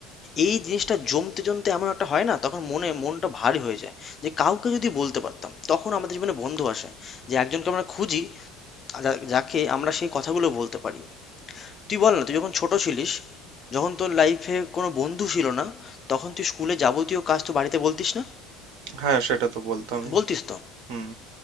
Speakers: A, on the left; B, on the right.
A: এই জিনিসটা জমতে জমতে এমন একটা হয় না তখন মনে মনটা ভারী হয়ে যায় যে কাউকে যদি বলতে পারতাম তখন আমাদের জীবনে বন্ধু আসে যে একজনকে আমরা খুঁজি যা- যাকে আমরা সেই কথাগুলো বলতে পারি তুই বল না তুই যখন ছোট ছিলিস যখন তোর লাইফে কোনো বন্ধু ছিল না তখন তুই স্কুলে যাবতীয় কাজ তো বাড়িতে বলতিস না
B: হ্যাঁ সেটা তো বলতামই
A: বলতিস তো
B: হুম